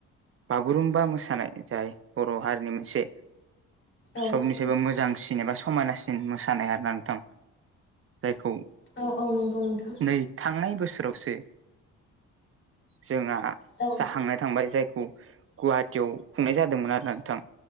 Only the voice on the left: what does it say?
औ
औ औ नंगौ नोंथां
औ